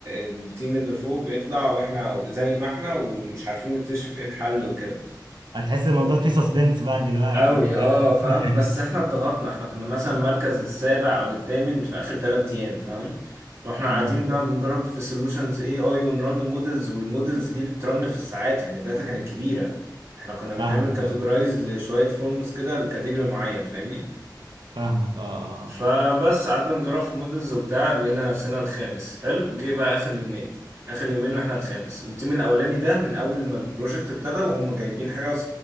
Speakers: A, on the right; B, on the right.
A: التيم اللي فوق بيطلع واحنا زي ما احنا ومش عارفين نكتشف ايه الحل وكده
B: هتحس الموضوع فيه سسبنس بقى دلوقتي
A: قوي
B: وبتاع
A: اه فاهم
B: <laughs>
A: بس احنا اتضغطنا احنا كنا مثلا مركز السابع او الثامن في اخر ثلاث ايام فاهم واحنا قاعدين
B: امم
A: بقى بنجرب في سولوشنز اي اي ونرن مودلز والمودلز دي بترن في الساعات يعني الداتا كانت كبيره احنا كنا بنعمل
B: فاهمك
A: كاتيجورايز
B: اه
A: لشويه فورمز كده لكاتيجوري معين فاهمني
B: فاهمك اه آه،
A: فبس قعدنا نجرب في مودلز وبتاع لقينا نفسنا الخامس حلو جه بقى اخر يومين اخر يومين واحنا الخامس والتيم الاولاني ده من اول ما البروجكت ابتدى وهم جايبين حاجه و70%